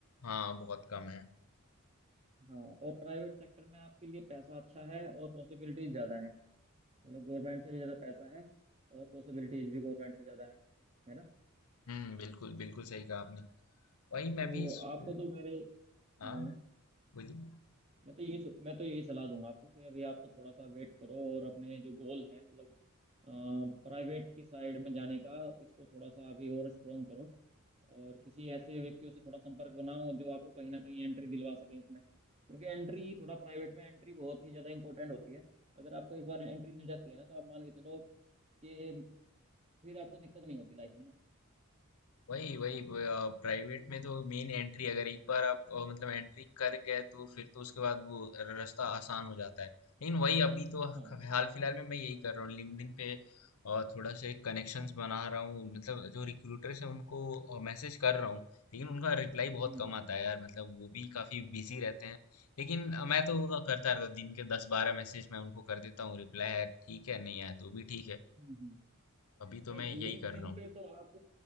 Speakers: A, on the left (about 85°); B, on the right (about 30°).
A: हाँ बहुत कम है
B: हाँ और प्राइवेट सेक्टर में आपके लिए पैसा अच्छा है और पॉसिबिलिटीज ज्यादा है मतलब गवर्नमेंट से भी ज़्यादा पैसा है और पॉसिबिलिटीज भी गवर्नमेंट से ज़्यादा है है ना
A: हम्म बिल्कुल बिल्कुल सही कहा आपने वही
B: तो
A: मैं भी सो
B: आपको तो मेरे
A: हाँ
B: हाँ
A: बोलिए
B: मैं तो यही सु- मैं तो यही सलाह दूंगा आपको कि अभी आप तो थोड़ा सा वेट करो और अपने जो गोल है मतलब प्राइवेट की साइड में जाने का इसको थोड़ा सा अभी और स्ट्रोंग करो और किसी ऐसे व्यक्तियों से थोड़ा संपर्क बनाओ जो आपको कहीं ना कहीं एंट्री दिलवा सके इसमें क्योंकि एंट्री थोड़ा प्राइवेट में एंट्री बहुत ही ज़्यादा इंपॉर्टेंट होती है अगर आपको एक बार एंट्री मिल जाती है ना तो आप मान के चलो कि फिर आपको दिक्कत नहीं होती लाइफ में ना
A: वही वही प्राइवेट में तो मेन एंट्री अगर एक बार आप अ, मतलब एंट्री कर गए तो फिर तो उसके बाद वो रास्ता आसान हो जाता है लेकिन वही अभी तो
B: हाँ
A: हाल फिलहाल में मैं यही कर रहा हूँ लिंक्डइन पे अ, थोड़ा से कनेक्शंस बना रहा हूँ मतलब जो रिक्रूटर्स हैं उनको मैसेज कर रहा हूँ लेकिन उनका रिप्लाई बहुत
B: हम्म
A: कम
B: हम्म।
A: आता है यार मतलब वो भी काफी बिजी रहते हैं लेकिन अ, मैं तो वो करता रहता हूँ, दिन के दस बारह मैसेज मैं उनको कर देता हूँ रिप्लाई है ठीक है नहीं आया तो भी ठीक है
B: हम्म हम्म।
A: अभी तो
B: नहीं
A: मैं यही
B: लिंक्डइन
A: कर रहा हूँ
B: पे तो आप